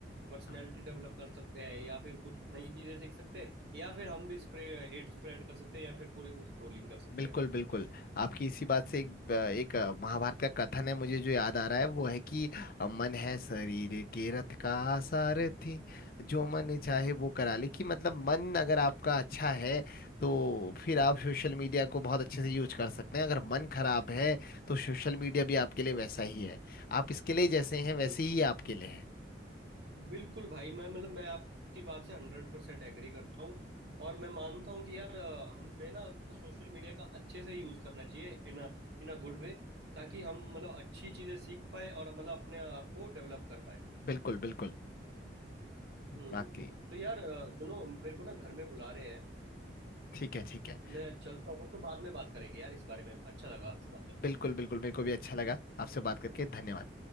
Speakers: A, on the right; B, on the left.
A: पर्सनैलिटी
B: वही
A: डेवलप कर सकते हैं या फिर कुछ नई चीजें सीख सकते हैं या फिर हम भी स्प्रे हेट स्प्रेड कर सकते हैं या फिर पूरे दिन स्क्रोलिंग कर सकते
B: बिल्कुल
A: हैं
B: बिल्कुल आपकी इसी बात से एक एक महाभारत का कथन है मुझे जो याद आ रहा है वो है कि मन है शरीर के रथ का सारथी जो मन चाहे वो करा ले कि मतलब मन अगर आपका अच्छा है तो फिर
A: हम्म,
B: आप सोशल मीडिया को बहुत अच्छे से यूज कर सकते हैं अगर मन खराब है तो सोशल मीडिया भी आपके लिए वैसा ही है आप इसके लिए
A: बिल्कुल
B: जैसे हैं वैसे ही आपके लिए है
A: बिल्कुल भाई मैं मतलब मैं आपकी बात से हंड्रेड परसेंट एग्री करता हूँ और मैं मानता हूँ कि यार अ, हमें ना सोशल मीडिया का अच्छे से यूज़ करना चाहिए इन अ इन अ गुड वे ताकि हम मतलब अच्छी चीज़ें सीख पाए और मतलब अपने आप को डेवलप कर पाए
B: बिल्कुल बिल्कुल
A: हम्म
B: बाकी
A: तो यार अ, सुनो मेरे को ना घर में बुला रहे हैं
B: ठीक है ठीक है
A: मैं चलता हूँ तो बाद में बात करेंगे यार इस बारे में अच्छा लगा आपसे बात करके
B: बिल्कुल बिल्कुल मेरे को भी अच्छा लगा आपसे बात करके धन्यवाद